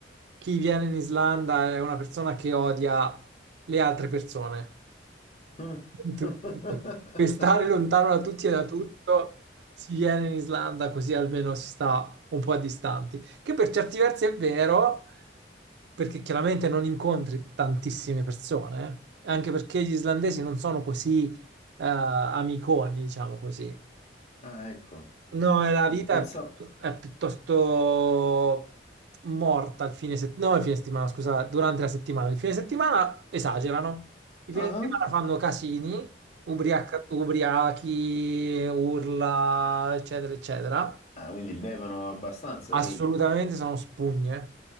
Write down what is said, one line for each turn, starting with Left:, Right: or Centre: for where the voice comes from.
Right: chi viene in Islanda è una persona che odia le altre persone
Left: Mm.
Right: tu-
Left: <laughs>
Right: per stare lontano da tutti e da tutto, si viene in Islanda così almeno si sta un po' a distanti. Che per certi versi è vero, perché chiaramente non incontri tantissime persone, eh. anche perché gli islandesi non sono così eh, amiconi, diciamo così.
Left: Ah, ecco.
Right: No, eh, la vita
Left: Pensavo...
Right: è, piutt- è piuttosto morta il fine settimana, no, il fine settimana, scusa, durante la settimana. Il fine settimana esagerano. Il fine
Left: Ah,
Right: settimana fanno casini, ubriaca- ubriachi, urla, eccetera, eccetera.
Left: Ah, quindi bevono abbastanza
Right: Assolutamente
Left: lì.
Right: sono spugne